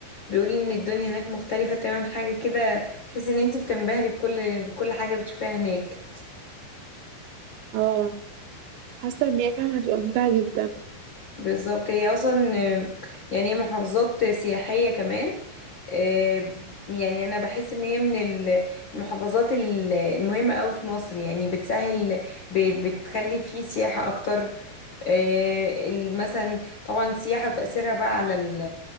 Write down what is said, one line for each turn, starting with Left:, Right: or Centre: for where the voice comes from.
Left: بيقول ان الدنيا هناك مختلفه تماما حاجه كده تحس ان انت بتنبهري بكل بكل حاجه بتشوفيها هناك
Right: اه حاسة ان هي فعلا هتبقى ممتعة جدا
Left: بالظبط هي اصلا آه، يعني هي محافظات سياحية كمان آه، يعني انا بحس ان هي من ال- المحافظات ال- المهمة قوي في مصر يعني بتسهل ب- بتخلي فيه سياحة اكتر آه، ال- مثلا طبعا السياحة وتأثيرها بقى على ال